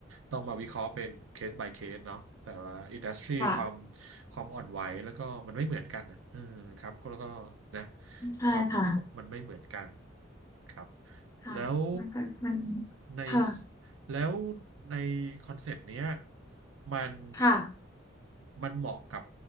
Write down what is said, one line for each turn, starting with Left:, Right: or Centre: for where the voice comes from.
Right: ต้องมาวิเคราะห์เป็นเคส by เคสเนาะแต่ละอินดัสทรีความ
Left: ค่ะ
Right: ความอ่อนไหวแล้วก็มันไม่เหมือนกันอะเออครับก็แล้วก็นะ
Left: ใช่ค่ะ
Right: ความมันไม่เหมือนกันครับ
Left: ค่ะมันก็มัน
Right: แล้วใน
Left: ค่ะ
Right: แล้วในคอนเซปต์เนี้ยมัน
Left: ค่ะ
Right: มันเหมาะกับ